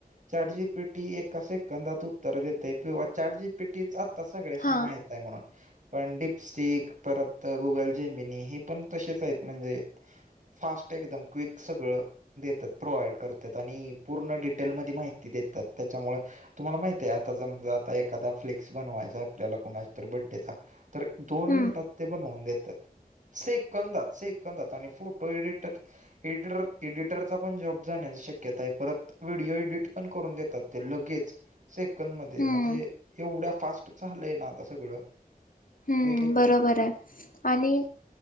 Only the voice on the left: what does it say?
हा
हम्म
हम्म
हम्म.
बरोबरे आणि